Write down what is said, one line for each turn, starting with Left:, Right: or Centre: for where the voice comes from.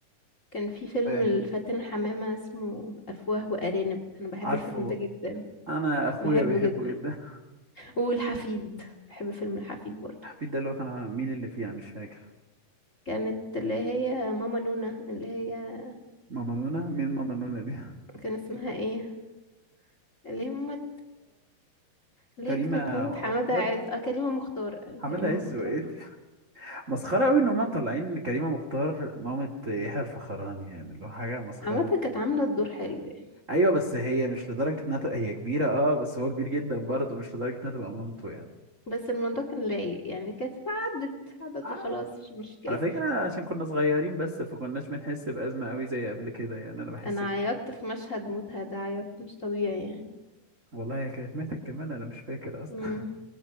Left: كان في فيلم
Right: فاهم
Left: الفاتن حمامه اسمه افواه وارانب انا بحب
Right: عارفه
Left: الفيلم ده جدا
Right: انا اخويا
Left: بحبه
Right: بيحبه
Left: جدا
Right: جدا
Left: والحفيد بحب فيلم الحفيد برضو
Right: <laughs> حفيد ده اللي هو كان مين اللي فيه انا مش فاكر
Left: كانت اللي هي ماما نونا اللي هي
Right: ماما نونا مين ماما نونا دي
Left: كان اسمها ايه اللي هي مامة اللي
Right: <laughs> كريمه
Left: هي كانت مامة حمادة
Right: مختار
Left: عايز اه كريمة مختار آه،
Right: حماده
Left: كريمة
Right: عز
Left: مختار
Right: وايه مسخرة قوي ان هم مطلعين كريمة مختار مامة يحيى الفخراني يعني اللي هو حاجة مسخرة
Left: عامة كانت عاملة الدور حلو يعني.
Right: ايوه بس هي مش لدرجة انها تبقى هي كبيرة اه بس هو كبير جدا برضه مش لدرجة انها تبقى مامته يعني
Left: بس الموضوع كان لايق يعني كانت عدت عدت
Right: آه،
Left: وخلاص مش مشكلة
Right: على فكرة عشان كنا صغيرين بس فكناش بنحس بأزمة قوي زي قبل كده يعني انا بحس
Left: انا
Right: كده
Left: عيطت في مشهد موتها ده عيط مش طبيعي يعني
Right: والله هي كانت ماتت كمان انا مش فاكر اصلا
Left: امم